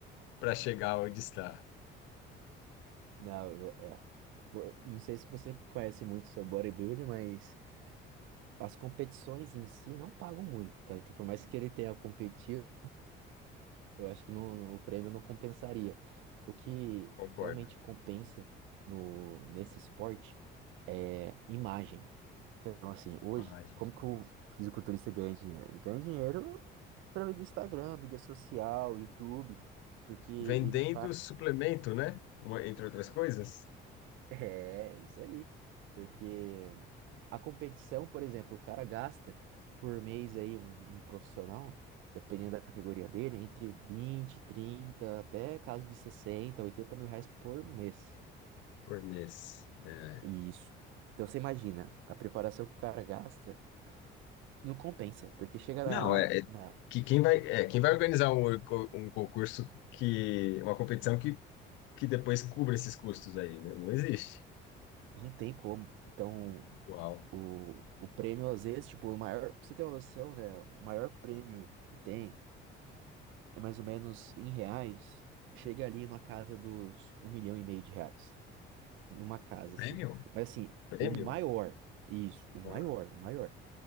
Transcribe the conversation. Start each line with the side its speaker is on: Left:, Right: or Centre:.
Left: para chegar onde está.
Right: Não, eu, é. Bo- não sei se você conhece muito sobre bodybuilding, mas. As competições em si não pagam muito, tá? Então, por mais que ele tenha competido, eu acho que não, o prêmio não compensaria. O que
Left: Concordo.
Right: realmente compensa no, nesse esporte é imagem. Então, assim, hoje,
Left: Imagem.
Right: como que o fisiculturista ganha dinheiro? Ele ganha dinheiro através do Instagram, mídia social, YouTube, porque ele
Left: Vendendo
Right: faz.
Left: suplemento, né? Uma- entre outras coisas,
Right: É, isso aí. Porque a competição, por exemplo, o cara gasta por mês aí, um, um profissional, dependendo da categoria dele, entre 20, 30, até caso de 60, 80 mil reais por mês.
Left: por mês. É.
Right: Isso. Então você imagina, a preparação que o cara gasta não compensa, porque chega
Left: Não,
Right: na,
Left: é, é
Right: na-
Left: que quem vai, é, quem vai organizar um, co- um concurso que, uma competição que, que depois cubra esses custos aí, né? Não existe.
Right: não tem como. Então,
Left: Uau.
Right: o, o prêmio, às vezes, tipo, o maior. Pra você ter uma noção, né? O maior prêmio que tem é mais ou menos em reais, chega ali na casa dos um milhão e meio de reais. Numa casa, assim.
Left: Prêmio?
Right: Mas assim,
Left: Prêmio?
Right: o maior, isso, o maior,
Left: Ah,
Right: o maior.